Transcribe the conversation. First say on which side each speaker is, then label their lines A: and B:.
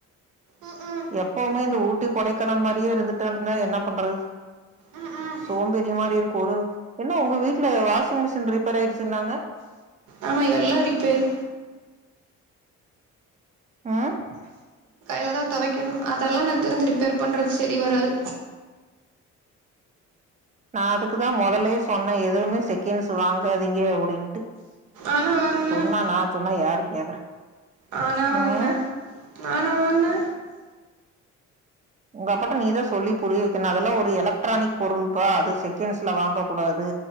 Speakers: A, on the right; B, on the right.
A: ம் ம்
B: எப்பமே இந்த ஊட்டி கொடைக்கானல் மாரியே இருந்துட்டாருனா என்ன பண்றது
A: ம் ம்
B: சோம்பேறி மாரி இருக்கு ஒரு என்ன உங்க வீட்ல வாஷிங் மிஷின் ரிப்பேர் ஆயிருச்சுன்னாங்க
A: ஆமா எல்லா ரிப்பேர்
B: ம்
A: அதுலதா துவைக்கணு அதெல்லா எனக்கு தெரிஞ்சு ரிப்பேர் பண்றது செரி வராது
B: நா அதுக்குதா மொதல்லயே சொன்னே எதுமே செகண்ட்ஸ் வாங்காதீங்க அப்டின்ட்டு
A: ஆனா வாங்குனா
B: சொன்னா நா சொன்னா யாரு கேக்குறா
A: ஆ நா வாங்குனே
B: ம்
A: நானா வாங்குனே
B: உங்க அப்பாட்ட நீதான் சொல்லி புரியவைக்கோணும் அதெல்லாம் ஒரு எலக்ட்ரானிக் பொருள்பா அது செகண்ட்ஸ்ல வாங்க கூடாது